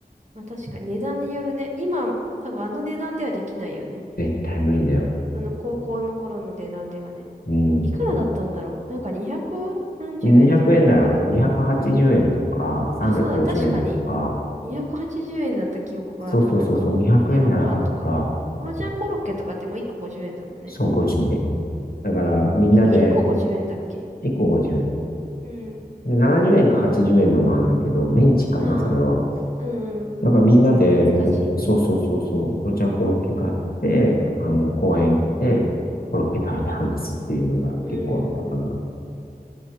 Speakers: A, on the right (about 50°); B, on the left (about 65°).
A: まあ確かに値段によるね。今、多分あの値段ではできないよね。
B: 絶対無理だよ。
A: その高校の頃の値段ではね。
B: うん。
A: いくらだったんだろう。なんか200何十円とかだったかな。
B: 200円台あって280円とか350円とか、
A: あ、そうだね。確かに280円だった記憶がある。
B: そうそうそうそう、
A: なんかメロンパンとか。
B: 200円台あった、
A: コロちゃんコロッケとかってもう1個50円だもんね。
B: そう50円。だからみんなで
A: い1個50円だっけ
B: 1個50円。
A: うん。
B: で、70円か80円のもあるんだけど、メンチかな、
A: ああ、
B: それは。
A: うんうん。
B: だからみんなで、
A: 懐かしい。
B: これ、そうそうそうそう、ロちゃんコロッケ買って、あの、公園行って、コロッケ食べて話すっていうのが結構あったかな。
A: うーん。